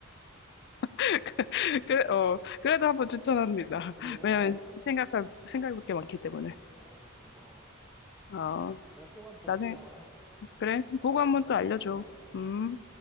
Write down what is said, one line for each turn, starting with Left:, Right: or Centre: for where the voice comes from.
Left: <laughs> 그래, 어, 그래도 한번 추천합니다.
Centre: 그래.
Left: 왜냐면
Centre: 아,
Left: 생각할, 생각할 게 많기 때문에.
Centre: 아유, 고마워.
Left: 어,
Centre: 내가 꼭 한번 볼게
Left: 나중에
Centre: 영화.
Left: 그래, 그럼 보고 한
Centre: 어,
Left: 번 또 알려줘.
Centre: 어.
Left: 음.